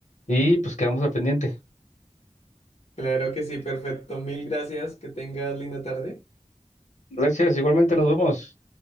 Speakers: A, on the left (about 80°); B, on the left (about 55°).
A: y pues quedamos al pendiente.
B: Claro que sí, perfecto. Mil gracias. Que tengas linda tarde.
A: Gracias, igualmente nos vemos.